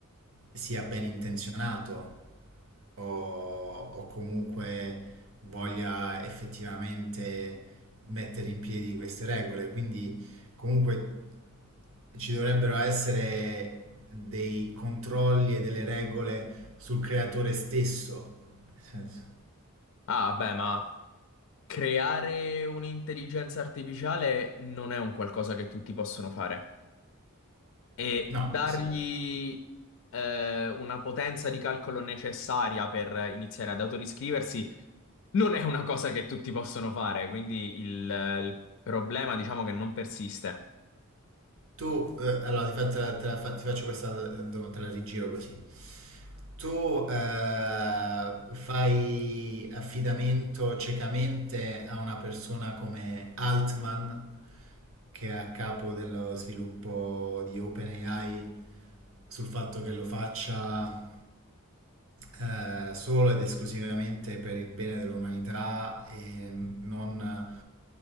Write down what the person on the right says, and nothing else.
sia ben intenzionato o, o comunque voglia effettivamente mettere in piedi queste regole. Quindi Comunque ci dovrebbero essere dei controlli e delle regole sul creatore stesso. Nel senso.
No,
questo è...
Tu, eh, allora ti, fa- te la- te la fa- ti faccio questa eh, domanda, te la rigiro così. Tu eh, fai affidamento ciecamente a una persona come Altman, che è a capo dello sviluppo di OpenAI, sul fatto che lo faccia eh, solo ed esclusivamente per il bene dell'umanità e non